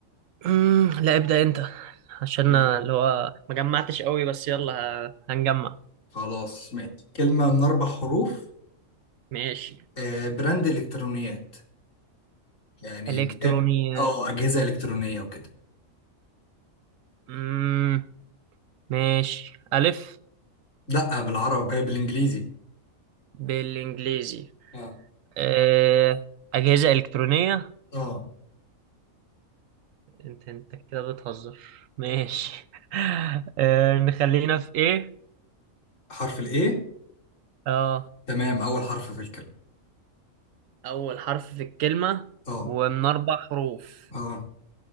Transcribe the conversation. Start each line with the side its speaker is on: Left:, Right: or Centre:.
Right: مم، لا ابدأ انت عشان
Left: مم.
Right: اللي هو ما جمعتش قوي بس يلا ه- هنجمع
Left: خلاص ماشي كلمة من أربع حروف
Right: ماشي
Left: أه براند إلكترونيات يعني
Right: الكتروني
Left: بت- اه أجهزة إلكترونية وكده
Right: مم، ماشي الف
Left: لأ بالعربي آه، بالإنجليزي
Right: بالانجليزي
Left: اه
Right: أه... اجهزة الكترونية
Left: اه
Right: انت انت كده بتهزر ماشي <laughs> أه... نخلينا في ايه
Left: حرف الايه
Right: اه
Left: تمام اول حرف في الكلمه
Right: اول حرف في الكلمة
Left: اه
Right: ومن اربع حروف
Left: اه